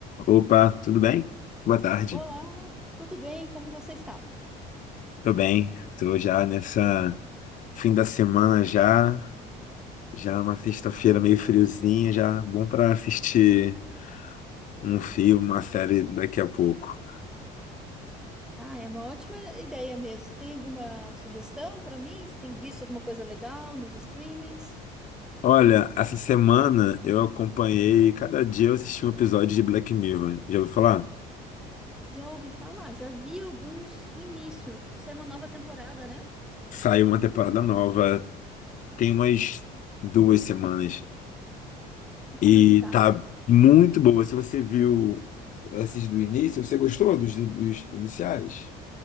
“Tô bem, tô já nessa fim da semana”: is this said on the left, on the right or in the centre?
Left